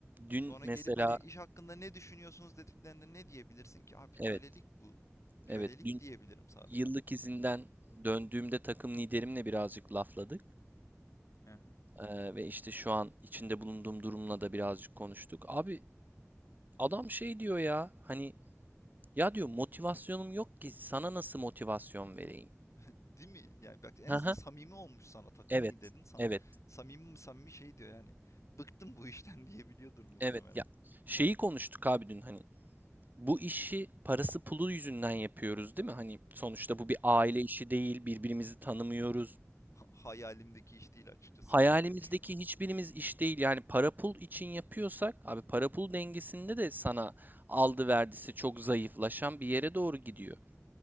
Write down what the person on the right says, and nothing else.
Dün
mesela,
evet,
evet, dün
yıllık
izinden döndüğümde takım liderimle birazcık lafladık.
Ee, ve işte şu an içinde bulunduğum durumla da birazcık konuştuk. Abi Adam şey diyor ya hani ya diyor motivasyonum yok ki sana nasıl motivasyon vereyim?
Hı
hı.
Evet.
Evet.
Evet. Ya şeyi konuştuk abi dün hani bu işi parası pulu yüzünden yapıyoruz değil mi? Hani sonuçta bu bir aile
işi değil. Birbirimizi tanımıyoruz.
Hayalimizdeki
hiçbirimiz iş değil. Yani para pul için yapıyorsak abi para pul dengesinde de sana aldı verdisi çok zayıflaşan bir yere doğru gidiyor.